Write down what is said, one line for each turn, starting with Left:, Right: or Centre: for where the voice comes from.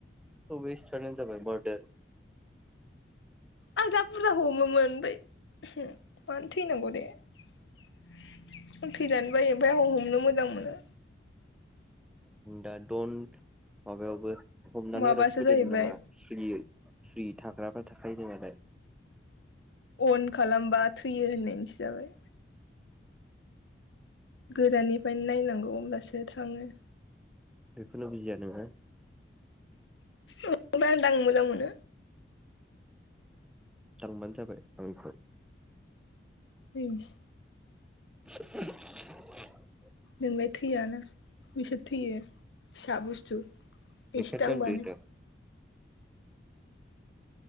Centre: औ वेस्टआनो होनजाबाय बडार
Left: आं जा बुरजा हमोमोन ओफ्राय उमहु मानो थैनांगौ दे आं थैजानो बायो ओमफ्राय आं हमनो मोजां मोनो
Centre: दा दन्ट माबायावबो हमनानै
Left: माबासो
Centre: रावखौबो
Left: जाहैबाय
Centre: दोननो नाङा सुलियै फ्रि थाग्राबा थाखायोनो मालाय
Left: अन खालामबा थैयो होननायनिसो जाबाय गोजाननिफ्रायनो नायनांगौ अब्लासो थाङो
Centre: बेखौनो बुजिया नोङो
Left: ओ बा दां मोजां मोनो
Centre: दांबानो जाबाय आंखौ
Left: उम <unintelligible>
Centre: <inaudible>
Left: नोंलाय थैयाना बिसोर थैयो फिसा बुस्थु
Centre: बेखायनो
Left: एसे दांबानो
Centre: दांदो होनदां